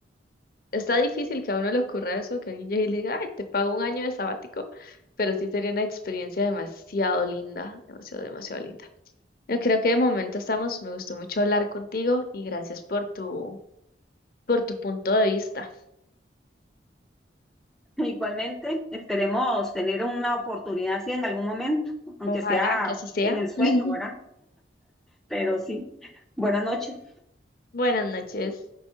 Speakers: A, on the left; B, in the centre.
A: está difícil que a uno le ocurra eso, que alguien llegue y le diga, ay, te pago un año de sabático, pero sí sería una experiencia demasiado linda, demasiado, demasiado linda. Yo creo que de momento estamos, me gustó mucho hablar contigo y gracias por tu, por tu punto de vista.
B: <laughs> Igualmente, esperemos tener una oportunidad, sí, en algún momento, aunque
A: Ojalá
B: sea
A: que así sea.
B: en el sueño,
A: <laughs>
B: ¿verdad? Pero sí, buenas noches.
A: Buenas noches.